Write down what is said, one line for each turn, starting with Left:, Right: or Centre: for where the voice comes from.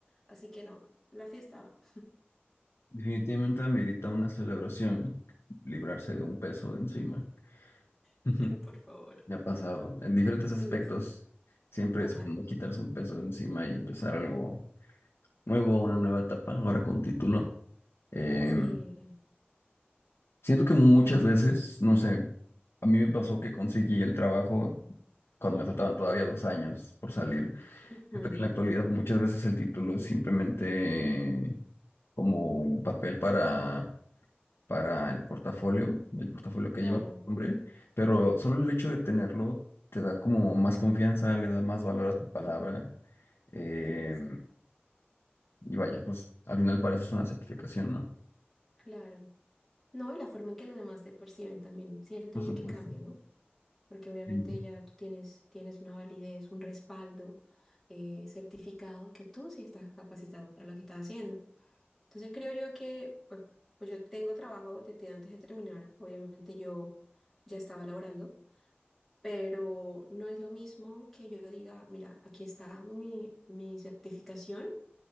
Centre: Así que no, la fiesta va.
Left: Definitivamente amerita una celebración, librarse de un peso de encima. <laughs>
Centre: <laughs> por favor.
Left: Ya ha pasado. En diferentes aspectos,
Centre: Sí, sí,
Left: siempre
Centre: Total.
Left: es bueno quitarse un peso de encima y empezar algo nuevo, una nueva etapa, ahora con título. Em,
Centre: Sí.
Left: Siento que muchas veces, no sé, a mí me pasó que conseguí el trabajo cuando me faltaban todavía dos años por salir.
Centre: Ujú,
Left: Siento que en la actualidad muchas veces el título es simplemente como un papel para, para el portafolio, el portafolio que
Centre: Claro,
Left: lleva tu nombre, pero solo el hecho de tenerlo te da como más confianza, le da más valor
Centre: Sí,
Left: a tu palabra. eh,
Centre: sí, sí.
Left: y vaya, pues al final para eso es una certificación, ¿no?
Centre: claro. No, y la forma en que los demás te perciben también, siento
Left: Por
Centre: yo
Left: supuesto.
Centre: que cambia, ¿no? Porque obviamente
Left: Sí.
Centre: ya tú tienes, tienes una validez, un respaldo eh, certificado de que tú sí estás capacitado para lo que estás haciendo. Entonces creo yo que, pues, pues yo tengo trabajo desde antes de terminar, obviamente yo ya estaba laborando. pero no es lo mismo que yo diga, mira, aquí está mi, mi certificación,